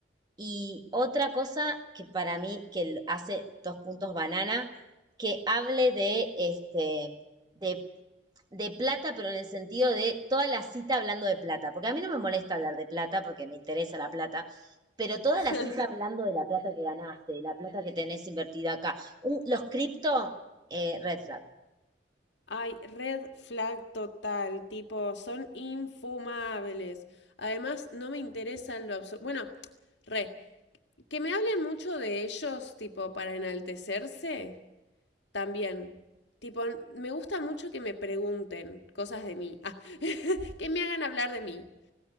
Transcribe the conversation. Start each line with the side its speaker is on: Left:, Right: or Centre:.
Right: Y otra cosa que para mí, que hace dos puntos banana, que hable de, este, de, de plata, pero en el sentido de toda la cita hablando de plata. Porque a mí no me molesta hablar de plata, porque me interesa la plata, pero toda
Left: <laughs>
Right: la cita hablando de la plata que ganaste, de la plata que tenés invertida acá. Un- los cripto, eh, red flag.
Left: Ay, red flag total, tipo, son infumables. Además, no me interesa en lo absoluto. Bueno, re, Que me hablen mucho de ellos, tipo, para enaltecerse, también. Tipo, me gusta mucho que me pregunten cosas de mí. Ah, <laughs> que me hagan hablar de mí.